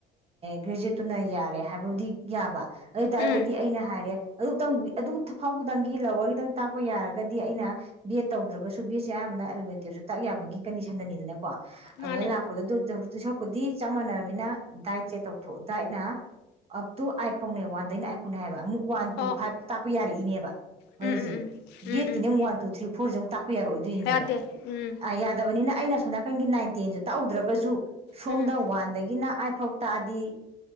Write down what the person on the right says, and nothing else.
ꯒ꯭ꯔꯦꯖꯨꯌꯦꯠꯇꯨꯅ ꯌꯥꯔꯦ ꯍꯥꯏꯕꯕꯨꯗꯤ ꯌꯥꯕ ꯑꯗꯨ ꯑꯣꯏꯇꯥꯥꯔꯒꯗꯤ
ꯑꯩꯅ ꯍꯥꯏꯔꯦ ꯑꯗꯨ ꯑꯗꯨ ꯐꯥꯎꯕꯗꯪꯒꯤ ꯂꯋꯥꯔꯒꯤꯗꯪ ꯇꯥꯛꯄ ꯌꯥꯔ ꯍꯥꯏꯔꯒꯗꯤ ꯑꯩꯅ ꯕꯤ ꯑꯦꯗ ꯇꯧꯗ꯭ꯔꯒꯁꯨ ꯕꯤ ꯑꯦꯗꯁꯦꯑꯌꯥꯝꯕꯅ ꯑꯦꯂꯕꯦꯟ ꯇꯨꯌꯦꯞꯁꯨ ꯇꯥꯛ ꯌꯥꯕꯒꯤ ꯀꯟꯗꯤꯁꯟꯗꯅꯤꯗꯅꯀꯣ
ꯑꯗꯨꯃꯥꯏꯅ ꯂꯥꯛꯄꯗ ꯑꯗꯨ ꯇꯧꯗꯣꯏ ꯁꯔꯨꯛꯄꯨꯗꯤ ꯆꯞ ꯃꯥꯟꯅꯔꯕꯅꯤꯅ ꯗꯥꯏꯠꯁꯦ ꯇꯧꯊꯣꯛ ꯗꯥꯏꯠꯅ ꯑꯞ ꯇꯨ ꯑꯥꯏꯠ ꯐꯥꯎꯅꯦ ꯋꯥꯟꯗꯩꯅ ꯑꯥꯏꯠ ꯐꯥꯎꯅꯦ ꯍꯥꯏꯕ ꯑꯃꯨꯛ ꯋꯥꯟ
ꯇꯨ ꯐꯥꯏꯚ ꯐꯥꯎ ꯇꯥꯛꯄ ꯌꯥꯔꯛꯏꯅꯦꯕ ꯋꯥꯔꯤꯁꯦ
ꯕꯤ
ꯑꯦꯠ
ꯀꯤꯗꯤ ꯑꯃꯨꯛ ꯋꯥꯟ ꯇꯨ ꯊ꯭ꯔꯤ ꯐꯣꯔꯁꯦ ꯑꯃꯨꯛ ꯇꯥꯛꯄ ꯌꯥꯔꯛꯑꯣꯏꯗꯣꯏꯅꯦꯕ
ꯌꯥꯗꯕꯅꯤꯅ ꯑꯩꯅ ꯁꯣꯝ ꯅꯥꯀꯟꯒꯤ ꯅꯥꯏꯟ ꯇꯦꯟꯁꯦ ꯇꯥꯛꯎꯗ꯭ꯔꯒꯁꯨ ꯁꯣꯝꯗ
ꯋꯥꯟꯗꯒꯤꯅ ꯑꯥꯏꯠꯐꯥꯎ ꯇꯥꯛꯑꯗꯤ